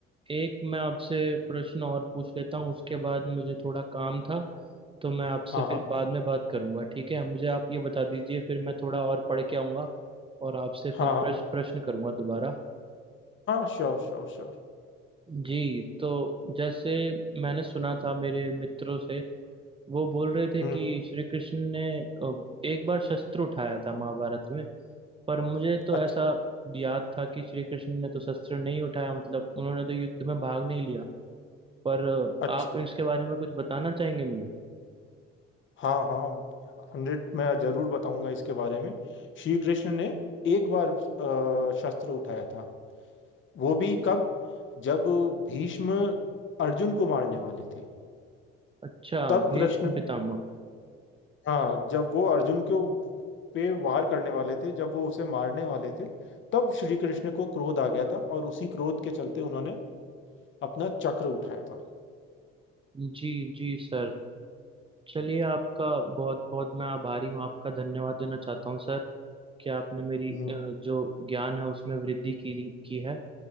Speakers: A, on the right (about 20°); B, on the left (about 40°).
A: एक मैं आपसे प्रश्न और पूछ लेता हूँ उसके बाद मुझे थोड़ा काम था तो मैं आपसे
B: हाँ
A: फिर बाद में बात करूंगा ठीक है मुझे आप ये बता दीजिए फिर मैं थोड़ा और पढ़ के आऊंगा और आपसे
B: हाँ
A: फिर
B: हाँ
A: प्रश्न प्रश्न करूंगा दोबारा
B: हाँ श्योर श्योर श्योर
A: जी तो जैसे मैंने सुना था मेरे मित्रों से वो बोल रहे थे
B: हम्म
A: कि श्री कृष्ण ने अ, एक बार शस्त्र उठाया था महाभारत में पर मुझे तो
B: अच्छा
A: ऐसा याद था कि श्री कृष्ण ने तो शस्त्र नहीं उठाया मतलब उन्होंने तो युद्ध में भाग नहीं लिया पर
B: अच्छा
A: आप इसके बारे में कुछ बताना चाहेंगे मुझे
B: हाँ हाँ हंड्रेड मैं जरूर बताऊंगा इसके बारे में श्री कृष्ण ने एक बार अ, शस्त्र उठाया था वो भी कब जब भीष्म अर्जुन को मारने वाले थे
A: अच्छा
B: तब
A: भीष्म
B: कृष्ण
A: पितामह
B: हाँ जब वो अर्जुन के ऊ- पे वार करने वाले थे जब वो उसे मारने वाले थे तब श्री कृष्ण को क्रोध आ गया था और उसी क्रोध के चलते उन्होंने अपना चक्र उठाया था
A: जी जी सर चलिए आपका बहुत बहुत मैं आभारी हूँ आपका धन्यवाद देना चाहता हूँ सर कि आपने मेरी
B: हम्म,
A: अ, जो ज्ञान है उसमें वृद्धि की की है